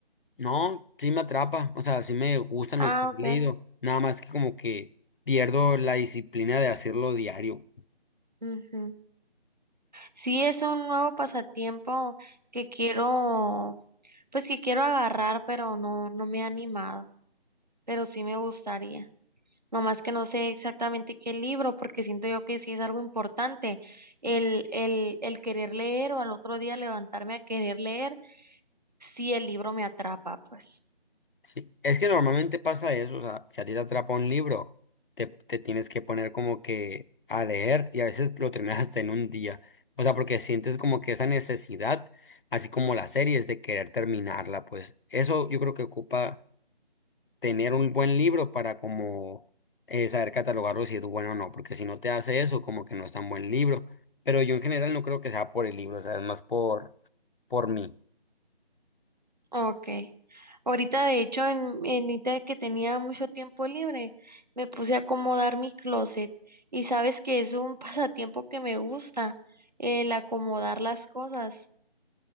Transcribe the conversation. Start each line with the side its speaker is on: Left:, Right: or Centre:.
Left: No, sí me atrapa, o sea, sí me gustan
Right: Ah,
Left: los que he
Right: ok.
Left: leído, nada más que como que pierdo la disciplina de hacerlo diario.
Right: Ujú. Sí, es un nuevo pasatiempo que quiero, pues que quiero agarrar, pero no, no me he animado, pero sí me gustaría. Nomás que no sé exactamente qué libro, porque siento yo que sí es algo importante. El, el, el querer leer o al otro día levantarme a querer leer, si el libro me atrapa, pues.
Left: Sí. Es que normalmente pasa eso, o sea, si a ti te atrapa un libro, te, te tienes que poner como que a leer y a veces lo terminas <laughs> hasta en un día, o sea, porque sientes como que esa necesidad, así como las series, de querer terminarla, pues eso yo creo que ocupa tener un buen libro para como eh, saber catalogarlo si es bueno o no, porque si no te hace eso, como que no es tan buen libro. Pero yo en general no creo que sea por el libro, o sea, es más por, por mí,
Right: Ok. Ahorita, de hecho, en, en ahorita que tenía mucho tiempo libre, me puse a acomodar mi closet. Y sabes que es un <laughs> pasatiempo que me gusta, el acomodar las cosas.